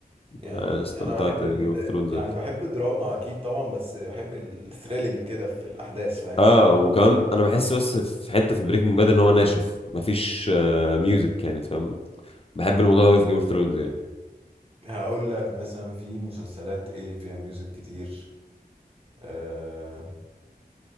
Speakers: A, on the right; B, on the left.
A: يعني
B: آه. استمتعت
A: انا بحب
B: بجيم
A: ال...
B: اوف ثرونز
A: يعني
B: اكتر
A: بحب الدراما اكيد طبعا بس بحب الثريلينج كده في الاحداث فاهم
B: اه وكمان انا بحس بس في حته في بريكنج باد ان هو ناشف مفيش آه ميوزك يعني أنت فاهم بحب الموضوع ده قوي في جيم اوف ثرونز يعني.
A: هقول لك مثلا في مسلسلات ايه فيها ميوزك كتير آه